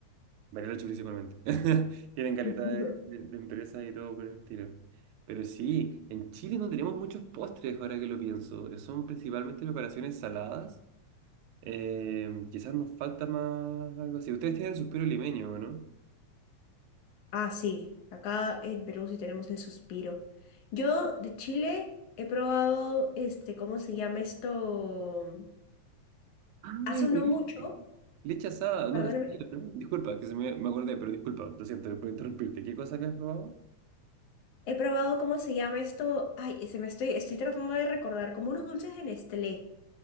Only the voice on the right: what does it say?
Bariloche principalmente. <laughs> Tienen caleta
de, de- de empresas y todo por el estilo. Pero sí, en Chile no tenemos muchos postres ahora que lo pienso. Son principalmente preparaciones saladas eh, quizás nos falta más algo así. Ustedes tienen suspiro limeño, ¿o ¿no?
Ah,
la leche.
Leche asada, no,
sí, ¿no? Disculpa, que se me, me acordé, pero disculpa, lo siento por interrumpirte. ¿Qué cosa habías probado?